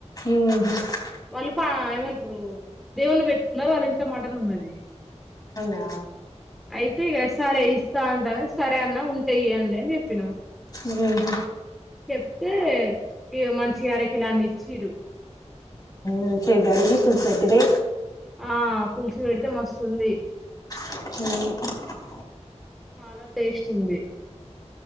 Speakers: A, on the left; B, in the centre.
A: మ్మ్
B: వాళ్ళు ఏమంటారు దేవున్ని పెట్టుకున్నారు వాళ్ళ ఇంట్లో మటన్ ఉన్నది
A: ఆ
B: అయితే ఇగ సరే ఇస్తా అంటాన్రు గా సరే అన్న ఉంటా ఇయ్యండి అని చెప్పినాము
A: మ్మ్
B: చెప్తే ఇగా మంచిగా అరకిలన్ని ఇచ్చిరు
A: మంచిగా కడిగి పుల్స్ పెట్టుడే
B: ఆ పులుసు పెడితే మస్తుంది
A: <unintelligible>
B: చాలా టేస్ట్ ఉంది.